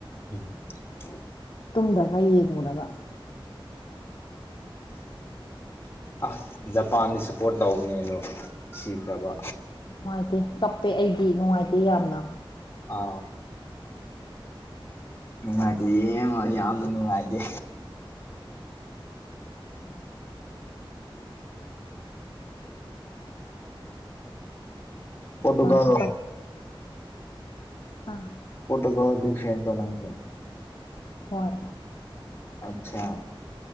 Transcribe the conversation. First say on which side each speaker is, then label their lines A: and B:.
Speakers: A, on the left; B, on the left.
A: ꯎꯝ
B: ꯇꯨꯝꯗꯒ ꯌꯦꯡꯉꯨꯔꯒ
A: <unintelligible> ꯑꯁ ꯖꯄꯥꯟꯗꯤ ꯁꯞꯄꯣꯔꯠ ꯇꯧꯕꯅꯦ ꯑꯗꯣ ꯁꯤꯈ꯭ꯔꯕ
B: ꯅꯨꯡꯉꯥꯏꯇꯦ ꯀꯞꯄꯦ ꯑꯩꯗꯤ ꯅꯨꯡꯉꯥꯏꯇꯦ ꯌꯥꯝꯅ
A: ꯑ ꯅꯨꯡꯉꯥꯏꯇꯦ ꯌꯦꯡꯉ ꯌꯥꯝꯅ ꯅꯨꯡꯉꯥꯏꯇꯦ
B: ꯅꯨꯡꯉꯥꯏꯇꯦ
A: ꯄꯣꯇꯨꯒꯜ
B: ꯖꯄꯥꯟꯁꯨ ꯑꯝ
A: ꯐꯣꯇꯣꯒ꯭ꯔꯤ ꯆꯣꯅꯥꯪꯁꯦ
B: ꯍꯣꯏ
A: ꯑꯆꯥ